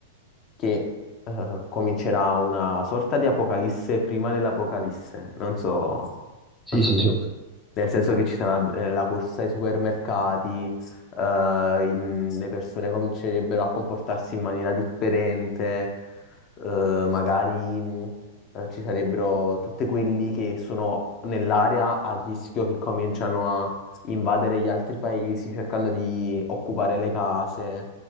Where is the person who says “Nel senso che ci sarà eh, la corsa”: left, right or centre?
Left